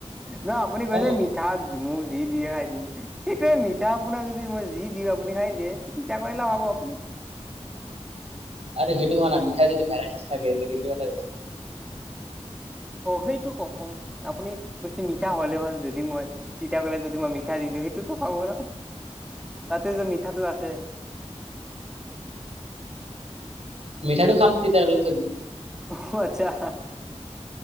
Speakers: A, in the centre; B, on the right.
A: নহয় আপুনি কৈছে
B: অ
A: মিঠা যি দিয়ে খাই দিম সেইটোৱে মিঠা আপোনা যদি মই যি দিও আপুনি খাই দিয়ে তিতা কেৰেলাও খাব আপুনি
B: আৰু সেইটো মানে আমি মিঠাই যদি ভেৰাইটিছ থাকে সেইটোও এটা
A: অ সেইটো ক কম আপুনি কৈছে মিঠা হলে হ'ল যদি মই তিতাকলাত যদি মই মিঠা দি দিও সেইটোতো খাব ন তাতে যে মিঠাটো আছে
B: মিঠাটো খাম তিতাটো থৈ দিম
A: অ আচ্ছা অ